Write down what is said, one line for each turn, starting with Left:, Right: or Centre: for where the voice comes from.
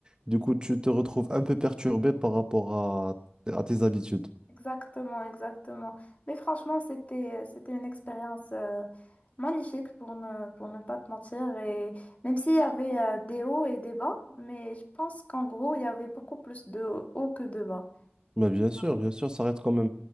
Right: Du coup, tu te retrouves un peu perturbé par rapport à, à tes habitudes.
Left: exactement, exactement. Mais franchement, c'était, c'était une expérience euh, magnifique pour ne, pour ne pas te mentir. Et même s'il y avait euh, des hauts et des bas, mais je pense qu'en gros, il y avait beaucoup plus de hauts que de bas.
Right: Mais bien sûr,
Left: Ouais,
Right: bien sûr, ça reste quand même.